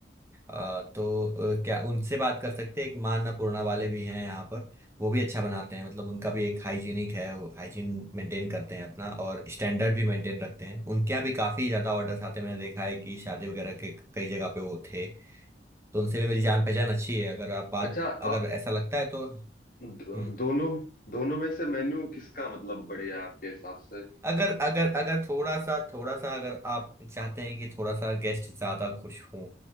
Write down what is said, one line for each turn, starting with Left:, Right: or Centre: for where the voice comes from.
Right: आ, तो अ, क्या उनसे बात कर सकते हैं एक माँ अन्नपूर्णा वाले भी हैं यहाँ पर वो भी अच्छा बनाते हैं मतलब उनका भी एक हाइजीनिक है वो हाइजीन मेंटेन करते हैं अपना और स्टैंडर्ड भी मेंटेन रखते हैं उनके यहाँ भी काफ़ी ज़्यादा ऑर्डर्स आते हैं मैंने देखा है कि शादी वगैरह के कई जगह पे वो थे तो उनसे भी मेरी जान पहचान अच्छी है अगर आप बात
Left: अच्छा अ-
Right: अगर ऐसा लगता है तो हम्म
Left: दो- दोनों दोनों में से मेन्यू किसका मतलब बढ़िया है आपके हिसाब से
Right: अगर अगर अगर थोड़ा सा थोड़ा सा अगर आप चाहते हैं कि थोड़ा सा गेस्ट ज्यादा खुश हों